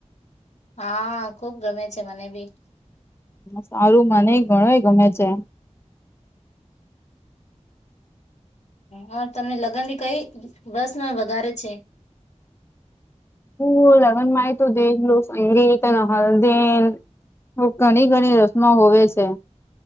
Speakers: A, on the left (about 65°); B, on the left (about 20°).
A: હા ખુબ ગમે છે મને ભી.
B: સારું મને ગણુ એ ગમે છે.
A: હમ તમને લગન થી કઈ બસમાં વધારે છે.
B: હ લગન માહિત દે લોકસ સંગીત ન હલદેન. ઘણી ઘણી રસમા હોવે છે.